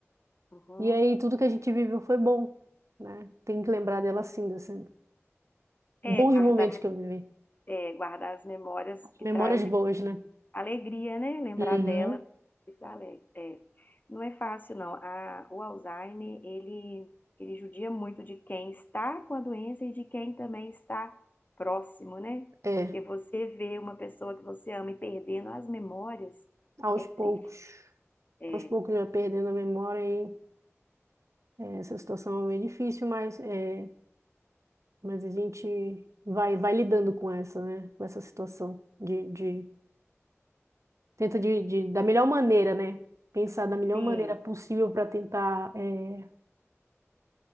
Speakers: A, on the left (about 35°); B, on the right (about 80°).
A: uhum.
B: E aí, tudo que a gente viveu foi bom, né? Tenho que lembrar dela, assim, assim,
A: É,
B: bons
A: guardar,
B: momentos que eu vivi.
A: é, guardar as memórias que
B: Memórias
A: trazem
B: boas, né?
A: alegria, né? Lembrar
B: Uhum.
A: dela. Pensar ale- É, não é fácil, não. A- o Alzheimer, ele, ele judia muito de quem está com a doença e de quem também está próximo, né?
B: É,
A: Porque você vê uma pessoa que você ama e perdendo as memórias,
B: aos
A: é triste.
B: poucos.
A: É,
B: Aos poucos já perdendo a memória aí. é, essa situação é meio difícil, mas, é, mas a gente vai, vai lidando com essa, né? Com essa situação de de Tenta de, de- da melhor maneira, né? Pensar da melhor
A: sim.
B: maneira possível para tentar é,